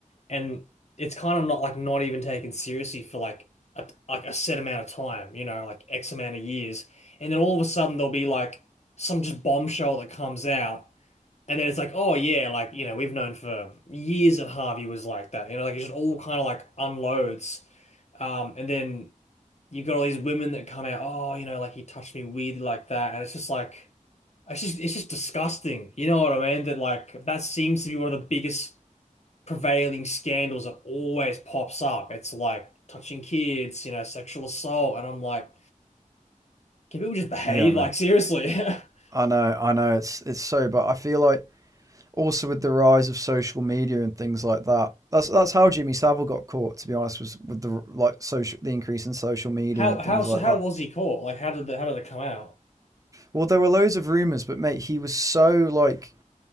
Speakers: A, on the left; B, on the right.
A: and it's kind of not like not even taken seriously for like a, like a set amount of time, you know, like X amount of years, and then all of a sudden there'll be like some just bombshell that comes out, and then it's like, oh yeah, like you know, we've known for years that Harvey was like that, you know, like it just all kind of like unloads, um, and then you've got all these women that come out, oh, you know, like he touched me weirdly like that, and it's just like. It's just, it's just disgusting. You know what I mean? That like that seems to be one of the biggest prevailing scandals that always pops up. It's like touching kids, you know, sexual assault, and I'm like, can people just behave?
B: Yeah, mate.
A: Like seriously, <laughs>
B: I know, I know. It's it's so, but I feel like also with the rise of social media and things like that, that's that's how Jimmy Savile got caught. To be honest, was with the like social, the increase in social media
A: how
B: and
A: how
B: things
A: so
B: like
A: how
B: that.
A: was he caught? Like how did the how did it come out?
B: Well, there were loads of rumors, but mate, he was so like